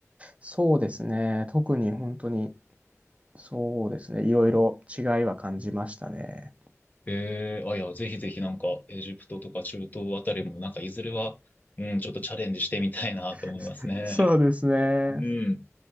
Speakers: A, on the right (about 25°); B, on the left (about 35°).
A: そうですね。特に本当にそうですね。いろいろ違いは感じましたね。
B: ええあ、いや、ぜひぜひなんかエジプトとか中東あたりもなんかいずれは、うん、ちょっとチャレンジしてみたいなと思いますね。
A: <laughs> そうですね。
B: うん。